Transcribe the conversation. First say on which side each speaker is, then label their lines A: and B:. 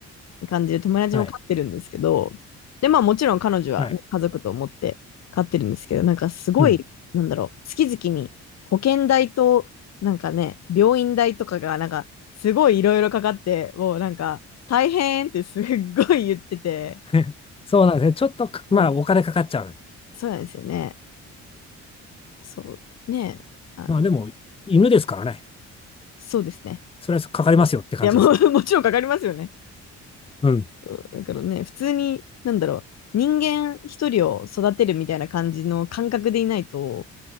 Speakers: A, on the left; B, on the left.
A: 感じで友達も飼ってるんですけど、
B: はい。
A: で、まあもちろん彼女は、
B: はい。
A: ね、家族と思って飼ってるんですけど、なんかすごい、
B: うん。
A: なんだろう、月々に保険代と、なんかね、病院代とかが、なんかすごいいろいろかかって、もうなんか大変ってすっごい言ってて、
B: <laughs> そうなんですね。ちょっとか、
A: そ
B: まあ、お金かかっちゃう。
A: う、そうなんですよね。そう、ね、あの、
B: まあ、でも、犬ですからね。
A: そうですね。
B: それはかかりますよって感じですわ。
A: いや、もう <laughs> もちろんかかりますよね。
B: うん。
A: そうだからね、普通に、なんだろう、人間一人を育てるみたいな感じの感覚でいないと、